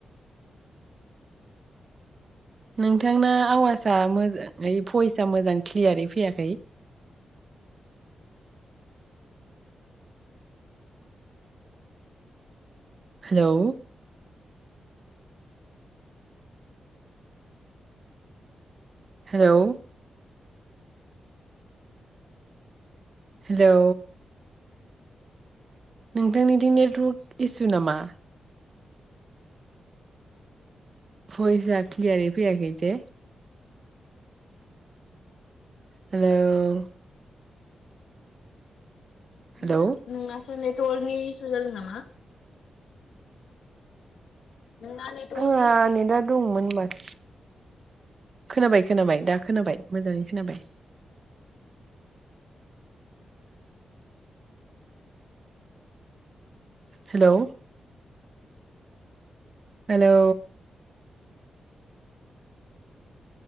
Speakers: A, on the right; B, on the left.
A: नोंथांना आवाजआ मोजांयै भइसया मोजां क्लियारै फैयाखै हेलौ हेलौ हेलौ नोंथांनि दि नेटवरक इसु नामा बइसआ मोजाङै क्लियारै फैयाखै जे। हेलौ हेलौ
B: नोंना नोंनासो लेत दलनि इसु जादों नामा नोंना नेटवर्कनि
A: आंहा
B: इसु
A: नेटा दंमोन माथो खोनाबाय खोनाबाय दा खोनाबाय मोजाङै खोनाबाय। Hello hello